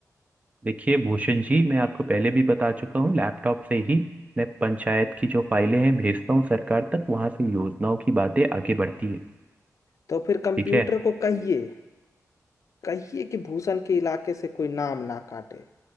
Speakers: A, on the right; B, on the left.
A: देखिए भूषण जी मैं आपको पहले भी बता चुका हूँ लैपटॉप से ही मैं पंचायत की जो फाइलें हैं भेजता हूँ सरकार तक वहां से योजनाओं की बातें आगे बढ़ती है
B: तो फिर कंप्यूटर
A: ठीक है
B: को कहिए कहिए कि भूषण के इलाके से कोई नाम ना काटे